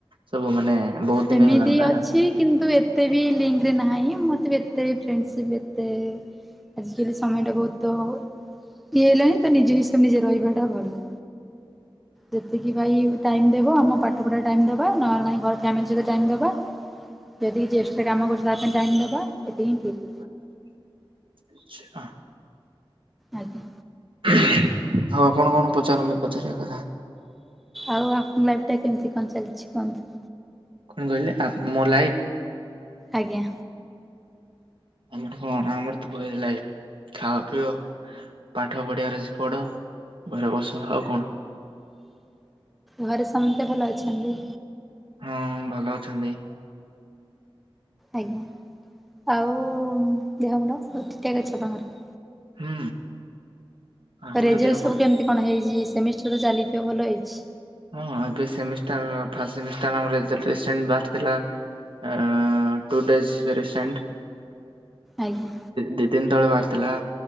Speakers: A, on the right (about 70°); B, in the centre.
A: ସବୁ ମାନେ ବହୁତ
B: ସେମିତି
A: ଦିନ ହେଲାଣି ନା
B: ଅଛି। କିନ୍ତୁ ଏତେ ବି ଲିଙ୍କ୍ ରେ ନାହିଁ ମତେ ବି ଏତେ ଫ୍ରେଣ୍ଡ ସିପ୍ ଏତେ ଆଜିକାଲି ସମୟ ଟା ବହୁତ ଇଏ ହେଇଲାଣି ତ ନିଜେ ହିସାବ ନିଜେ ରହିବା ଟା ଭଲ। ଯେତିକି ଭାଇ ଟାଇମ୍ ଦେବ ଆମ ପାଠ ପଢା ଟାଇମ୍ ଦବା, ନହେଲେ ନାଇଁ ଘର ଫ୍ୟାମିଲ ସଇତ ଟାଇମ୍ ଦବା ଯଦି କିଛି ଏକ୍ସଟ୍ରା କାମ କରୁଛ ତା ପାଇଁ ଟାଇମ୍ ଦବା ଏତିକି ହିଁ ଠିକ୍।
A: <unintelligible> ଆଚ୍ଛା।
B: ଆଜ୍ଞା!
A: ଆଉ ଆପଣ କଣ ପଚାରନ୍ତୁ ପଚାରିଆ କଥା?
B: ଆଉ ଆପଣଙ୍କ ଲାଇଫ୍ ଟା କେମତି କଁ ଚାଲଚି କୁହନ୍ତୁ?
A: କଣ କଇଲେ ଆପ୍ ମୋ ଲାଇପ୍?
B: ଆଜ୍ଞା!
A: ଆମର କଣ ଆମର ତ କଇଲେ ଖାଅ ପିଅ। ପାଠ ପଢିବାର ଅଛି ପଢ, ଘରେ ବସ ଆଉ କଣ?
B: ଘରେ ସମିତେ ଭଲ ଅଛନ୍ତି।
A: ହଁଅଁ ଭଲ ଅଛନ୍ତି।
B: ଆଜ୍ଞା! ଆଉ ଉମ ଦେହ ମୁଣ୍ଡ ସବୁ ଠିକ୍ ଠାକ୍ ଅଛ ତମର।
A: ହୁଁ। ଆମର
B: ରେଜେଲ୍ଟସ
A: ଦେହ
B: ସବୁ କେମତି କଣ ହେଇଚି? ସେମିଷ୍ଟର ଚାଲିଥିବ ଭଲ ହେଇଛି।
A: ହଁ ଏବେ ସେମିଷ୍ଟାର ଫାଷ୍ଟ ସେମିଷ୍ଟାର ଆମ ରେଜଲ୍ଟ ରିସେଣଟ୍ଟ ବାହାରିଥିଲା ଏଁ ଏଁ ଟୁ ଡେଜସ୍ ରେ ରିସେଣ୍ଟ।
B: ଆଜ୍ଞା!
A: ଦି ଦିନ୍ ତଳେ ବାହାରିଥିଲା